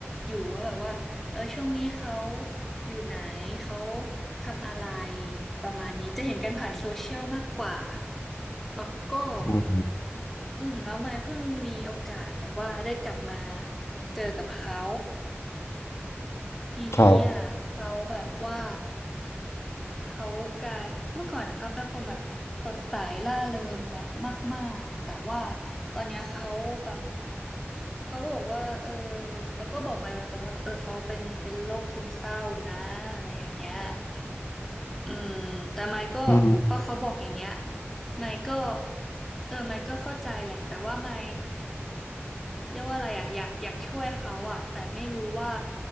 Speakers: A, in the centre; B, on the left (about 80°).
A: อยู่ว่าแบบว่าเออช่วงนี้เขาอยู่ไหนเขาทำอะไรประมาณนี้จะเห็นกันผ่านโซเชียลมากกว่าแล้วก็
B: ม
A: อืมแล้วมายเพิ่งมีโอกาสแบบว่าได้กลับมาเจอกับเขา ทีนี้อ่ะเขาแบบว่า
B: ครับ
A: เขากลายเมื่อก่อนนะเขาเป็นคนแบบสดใสร่าเริงแบบมากๆแต่ว่าตอนเนี้ยเขาแบบเขาบอกว่าเออเขาก็บอกมาตรงๆว่าแบบเออเขาเป็นเป็นโรคซึมเศร้านะอะไรอย่างเงี้ยอืมแต่ไมค์ก็พอเขาบอกอย่างเงี้ย
B: อืม
A: ไมค์ก็เออไมค์ก็เข้าใจแหละแต่ว่าไมค์ เรียกว่าอะไรอ่ะอยากอยากช่วยเขาอ่ะแต่ไม่รู้ว่า